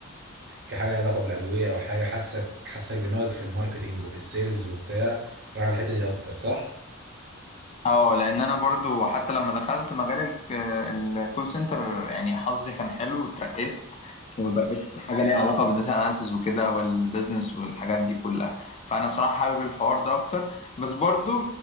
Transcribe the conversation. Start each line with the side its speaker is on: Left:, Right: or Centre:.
Right: كحاجة لها علاقة بالادوية او حاجة حاسك حاسك دماغك في الماركتينج وفي السيلز وبتاع رايح على الحتة دي اكتر صح
Left: اه لان انا برضو حتى لما دخلت مجال الك- الكول سنتر يعني حظي كان حلو وترقيت وبقيت حاجه ليها علاقه بالداتا اناليسز وكده والبيزنس والحاجات دي كلها فانا بصراحه حابب الحوار ده اكتر بس برضو